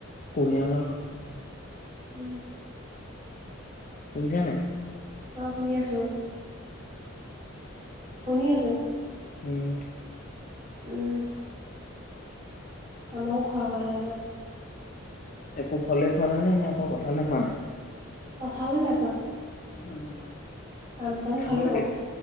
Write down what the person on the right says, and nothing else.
উম।
অ শুনি আছো। শুনি আছোঁ।
উম। আমাও খোৱা হোৱা নাই এইবাৰ।
কঁঠালো নাই খোৱা।
আম চাম
খালো
বাৰু,